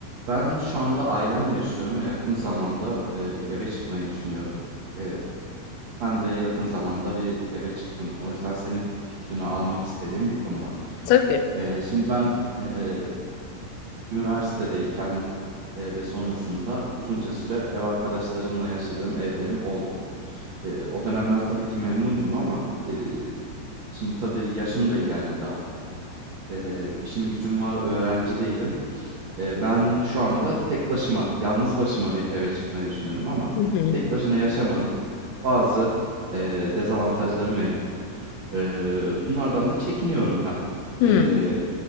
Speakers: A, on the right (about 85°); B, on the left (about 80°).
A: Ben şu anda ailemle yaşıyorum ve yakın zamanda e, bir eve çıkmayı düşünüyorum. E, sen de yakın zamanda bir eve çıktın. O yüzden senin fikrini almak istediğim bir konu var.
B: Tabii.
A: E, şimdi ben e, üniversitedeyken e, ve sonrasında uzunca süre ev arkadaşlarımla yaşadığım evlerim oldu. E, o dönemler tabii ki memnundum ama e, şimdi tabii yaşım da ilerledi artık. E, işim gücüm var, öğrenci değilim. Eee, ben şu anda tek başıma, yalnız başıma bir eve çıkmayı düşünüyorum ama
B: Hı hı.
A: tek başına yaşamanın bazı eee, dezavantajları mevcut. Eee, bunlardan da çekiniyorum ben.
B: Hımm.
A: Eee,